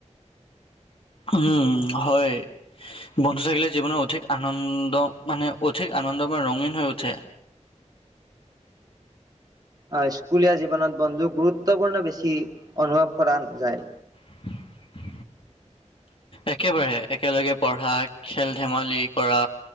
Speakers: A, on the left; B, on the right.
A: উম হয় বন্ধু থাকিলে জীৱনৰ অধিক আনন্দ মানে অধিক আনন্দ বা ৰঙীন হৈ উঠে
B: অ স্কুলীয়া জীৱনত বন্ধুক গুৰুত্বপূৰ্ণ বেছি অনুভৱ কৰা যায়।
A: <unintelligible> একেবাৰে একেলগে পঢ়া খেল ধেমালি কৰা